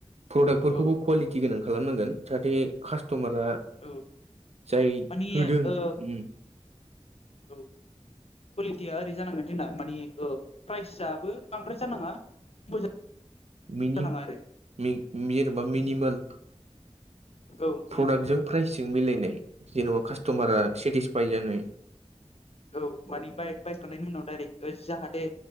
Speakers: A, on the right; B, on the left.
A: प्रदाक्टफोरखौबो
B: औ
A: कुवालि टि गोनां खालामनांगोन जाहाथे कास्टमारा
B: औ
A: जाय
B: मानि
A: होदों उम
B: ओ औ कुवालिटिया ओरै जानांगोन जोंना मानि ओ प्राइस आबो बांद्राय जानाङा <inaudible>
A: बिनि
B: जानाङा आरो
A: मे जेन'बा मिनिमोल
B: औ मिनिमाम
A: प्रडाक्टजों प्राइसजों मिलायनाय जेन'बा कास्ट'मारा सेटिसफाइ जानाय
B: औ मानि बाय बायखांनायनि उनाव डायरेक्ट जाहाथे